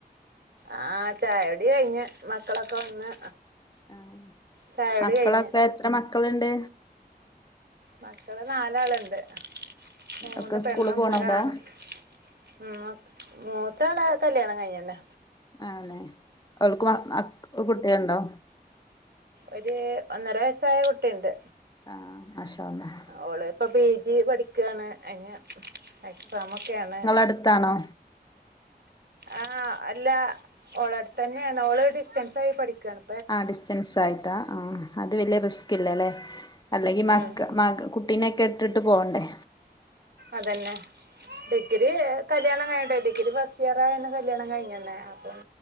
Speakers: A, on the right (about 80°); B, on the left (about 25°).
A: ആഹ് ചായുടി കയിഞ്ഞ് മക്കളൊക്കെ വന്ന്
B: ആഹ്
A: ചായുടി
B: മക്കളൊക്കെ
A: കയിഞ്ഞ്
B: എത്ര മക്കളിണ്ട്
A: മക്കള് നാലാളുണ്ട് മൂന്ന്
B: ഒക്കെ
A: പെണ്ണും
B: സ്കൂള് പോണോലാ
A: ഒരാണും ഉം മാക് മൂത്താളെ കല്യാണം കഴിഞ്ഞിണ്
B: ആണേ അവൾക്ക് വാ അക് കുട്ടിഇണ്ടോ
A: ഒര് ഒന്നര വയസ്സായ കുട്ടിയുണ്ട്
B: ആ മാഷാഅള്ളാഹ്
A: ഓള് ഇപ്പോ പി. ജി. പഠിക്കയാണ് അയിന് എക്സാം ഒക്കെയാണ്
B: അട്ത്താണോ
A: ആഹ് അല്ല ഓള അടുത്ത് തന്നെയാണ് ഓള ഡിസ്റ്റൻസ് ആയി പഠിക്കയാണ്
B: ആ ഡിസ്റ്റൻസ് ആയിട്ടാ ആ അത് വലിയ റിസ്ക് ഇല്ലല്ലേ അല്ലെങ്കി മക്ക
A: ഉം
B: മക കുട്ടിനെക്കെ ഇട്ടിട്ടു പോണ്ടേ
A: അതന്നെ ഇത് കല്യാണം കഴിഞ്ഞിട്ട് ഡിഗ്രി ഫസ്റ്റ് ഇയർ ആയന് കല്യാണം കഴിഞ്ഞന്നെ അപ്പം